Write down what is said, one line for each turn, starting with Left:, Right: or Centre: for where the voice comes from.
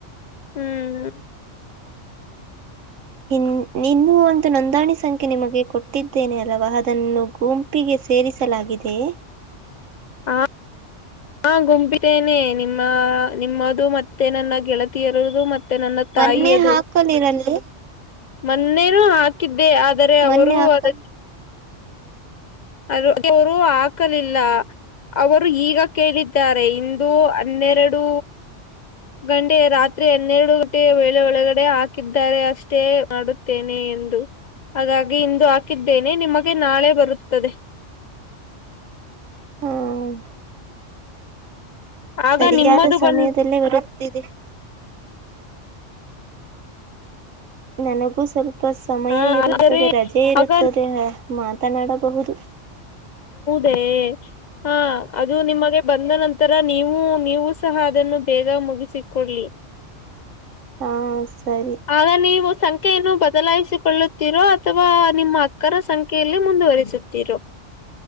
Left: ಹ್ಮ್
Right: ಇನ್ ನೀನು ಒಂದು ನೋಂದಾಣಿ ಸಂಖ್ಯೆ ನಿಮಗೆ ಕೊಟ್ಟಿದ್ದೇನೆ ಅಲ್ವಾ ಅದನ್ನು ಗುಂಪಿಗೆ ಸೇರಿಸಲಾಗಿದೆೆಯೇ?
Left: <inaudible> ಹಾ ಗುಂಪಿದ್ದೇನೆ ನಿಮ್ಮ ನಿಮ್ಮದು ಮತ್ತೆ ನನ್ನ ಗೆಳತಿಯರದು ಮತ್ ತ್ತೆ ನನ್ನ ತಾಯಿ
Right: ಮೊನ್ನೆ
Left: ಅದು
Right: ಹಾಕಲಿರಲು
Left: ಮೊನ್ನೇನು ಹಾಕಿದ್ದೆ ಆದರೆ ಅವರು
Right: ಮೊನ್ನೆ ಹಾಕಲ್
Left: ಅದಕ್ಕೆ ಅದ್ ಅವರು ಹಾಕಲಿಲ್ಲ ಅವರು ಈಗ ಕೇಳಿದ್ದಾರೆ ಇಂದು ಹನ್ನೆರಡು ಗಂಟೆ ರಾತ್ರಿ ಹನ್ನೆರಡು ಗಂಟೆ ವೇಳೆ ಒಳಗಡೆ ಹಾಕಿದ್ದಾರೆ ಅಷ್ಟೇ ಮಾಡುತ್ತೇನೆ. ಎಂದು ಹಾಗಾಗಿ ಇಂದು ಹಾಕಿದ್ದೇನೆ ನಿಮಗೆ ನಾಳೆ ಬರುತ್ತ್ ತ್ತದೆ
Right: ಹ್ ಹ
Left: ಆಗ
Right: ಸರಿಯಾದ
Left: ನಿಮ್ಮದು
Right: ಸಮಯದಲ್ಲೇ
Left: ಬಂದ
Right: ಬರುತ್ತಿದೆ. ನನಗೂ ಸ್ವಲ್ಪ ಸಮಯ
Left: ಹ
Right: ಇರುತ್ತದೆ
Left: ಆದರೆ
Right: ರಜೆ ಇರುತ್ತದೆ.
Left: ಆಗ
Right: ಹ ಮಾತನಾಡಬಹುದು.
Left: ಹೆ ಹಾ ಅದು ನಿಮಗೆ ಬಂದ ನಂತರ ತರ ನೀವು ನೀವು ಸಹ ಅದನ್ನು ಬೇಗ ಮುಗಿಸಿಕೊಳ್ಳಿ
Right: ಹಾ ಸರಿ
Left: ಆಗ ನೀವು ಸಂಖ್ಯೆಯನ್ನು ಬದಲಾಯಿಸಿಕೊಳ್ಳ್ ತಿರೋ ಅಥವಾ ನಿಮ್ಮ ಅಕ್ಕರ ಸಂಖ್ಯೆಯಲ್ಲಿ ಮುಂದುವರಿಸುತ್ತೀರೋ.